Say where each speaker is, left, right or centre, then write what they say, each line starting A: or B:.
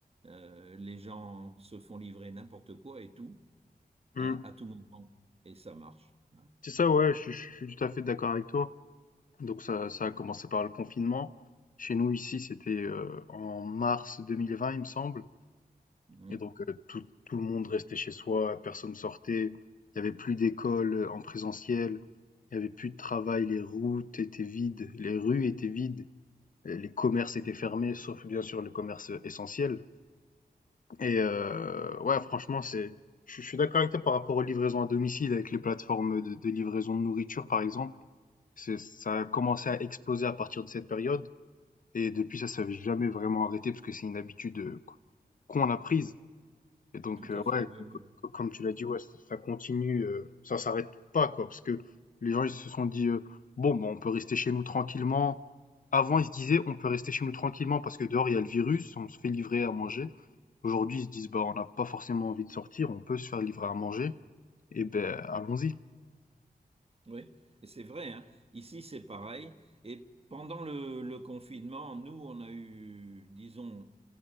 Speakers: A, on the right; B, on the left.
A: Euh, les gens se font livrer n'importe quoi et tout
B: Mm.
A: à, à tout moment et ça marche. hein.
B: C'est ça, ouais, je suis je suis tout à fait d'accord avec toi. Donc ça ça a commencé par le confinement. Chez nous, ici, c'était, heu, en mars 2020, il me semble
A: Mhm.
B: et donc heu, tout tout le monde restait chez soi, personne sortait. Il y avait plus d'école, en présentiel, il y avait plus de travail, les routes étaient vides, les rues étaient vides, heu, les commerces étaient fermés, sauf bien sûr les commerces, essentiels et heu, ouais, franchement, c'est je suis je suis d'accord avec toi par rapport aux livraisons à domicile avec les plateformes, de de livraison de nourriture, par exemple. C'est ça a commencé à exploser à partir de cette période et depuis ça ne s'est jamais vraiment arrêté parce que c'est une habitude, heu, qu'on a prise et donc
A: Tout
B: heu,
A: à fait.
B: ouais, c
A: oui,
B: c comme tu
A: oui.
B: l'as dit, ouais, ç ça continue, heu, ça s'arrête pas, quoi, parce que les gens, ils se sont dit, heu: «Bon, ben, on peut rester chez nous tranquillement». Avant, ils se disaient: «On peut rester chez nous tranquillement parce que dehors, il y a le virus, on se fait livrer à manger». Aujourd'hui, ils se disent: «Bah, on n'a pas forcément envie de sortir, on peut se faire livrer à manger et ben allons-y».
A: Oui, et c'est vrai, hein. Ici, c'est pareil. Et pendant le, le confinement, nous, on a eu, disons,